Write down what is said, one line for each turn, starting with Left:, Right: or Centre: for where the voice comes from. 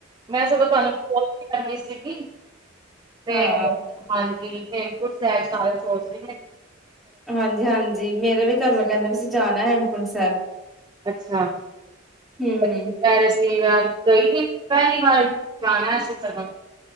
Right: ਮੈਂ ਸਗੋਂ ਤੁਹਾਨੂੰ ਫੋਨ ਕਰਨੀ ਹੀ ਸੀ। ਜੱਗੀ ਤੇ
Centre: ਹਾਂ
Right: ਹਾਂਜੀ ਹੇਮਕੁੰਟ ਸਾਹਿਬ ਸਾਰੇ ਸੋਚ ਰਹੇ ਆਂ।
Centre: ਹਾਂਜੀ-ਹਾਂਜੀ ਮੇਰਾ ਵੀ ਘਰਆਲਾ ਕਹਿੰਦਾ ਵੀ ਅਸੀਂ ਜਾਣਾ ਹੇਮਕੁੰਟ ਸਾਹਿਬ।
Right: ਅੱਛਾ-ਅੱਛ
Centre: ਹਮ
Right: ਯਾਰ ਅਸੀਂ ਵਾ ਕੋਈ ਵੀ ਪਹਿਲੀ ਵਾਰ ਜਾਣਾ ਅਸੀਂ ਘਰੋਂ